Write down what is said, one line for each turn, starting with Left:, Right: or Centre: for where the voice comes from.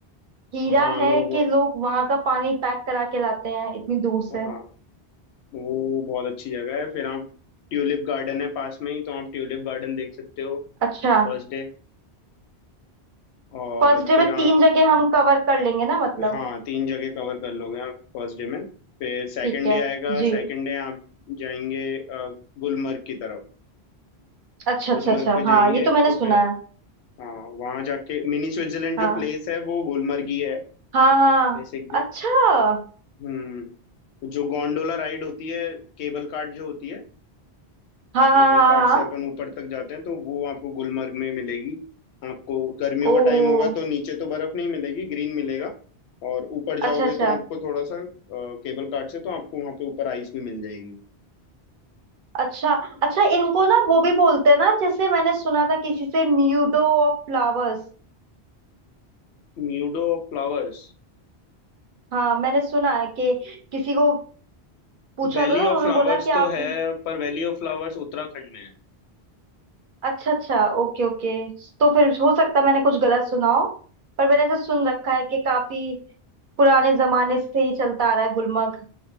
Right: हीरा
Left: हाँ
Right: है
Left: लोग
Right: कि लोग वहां का पानी पैक करा के लाते हैं इतनी दूर से
Left: हाँ वो बहुत अच्छी जगह है फिर आप ट्यूलिप गार्डन है पास में ही तो आप ट्यूलिप गार्डन देख सकते हो
Right: अच्छा
Left: फर्स्ट डे और
Right: फर्स्ट डे
Left: फिर
Right: में तीन
Left: आप
Right: जगह हम कवर कर लेंगे ना मतलब
Left: हाँ तीन जगह कवर कर लोगे आप फर्स्ट डे में फिर सेकंड
Right: ठीक है
Left: डे आएगा
Right: जी
Left: सेकंड डे आप जाएंगे अ, गुलमर्ग की तरफ
Right: अच्छा
Left: गुलमर्ग
Right: अच्छा अच्छा
Left: पे जाएंगे
Right: हाँ ये तो
Left: तो
Right: मैंने सुना
Left: फिर
Right: है
Left: हाँ वहाँ जाके मिनी स्विट्जरलैंड
Right: हाँ
Left: जो प्लेस है वो गुलमर्ग ही है
Right: हाँ हाँ
Left: बेसिकली
Right: अच्छा हाँ
Left: हम्म जो गोंडोला राइड होती है केबल कार्ट जो होती है
Right: हाँ
Left: केबल
Right: हाँ
Left: घाट से
Right: हाँ
Left: अपन ऊपर तक जाते हैं तो वो आपको गुलमर्ग में मिलेगी आपको गर्मियों
Right: ओ
Left: का टाइम होगा तो नीचे तो बर्फ नहीं मिलेगी ग्रीन मिलेगा और ऊपर जाओगे
Right: अच्छा अच्छा
Left: तो आपको थोड़ा सा अ, केबल कार्ट से तो आपको वहाँ पे ऊपर आइस भी मिल जाएगी
Right: अच्छा अच्छा इनको ना वो भी बोलते हैं ना जैसे मैंने सुना था किसी से म्यूडो ऑफ फ्लावर्स
Left: Meadow of flowers
Right: हाँ मैंने सुना है कि किसी को पूछा
Left: valley
Right: था तो उन्होंने
Left: of flowers
Right: बोला कि
Left: तो
Right: आप
Left: है पर वैली ऑफ फ्लावर्स उत्तराखंड में है
Right: अच्छा अच्छा ओके ओके तो फिर हो सकता है मैंने कुछ गलत सुना हो पर मैंने ऐसा सुन रखा है कि काफी पुराने जमाने से ये चलता आ रहा है गुलमर्ग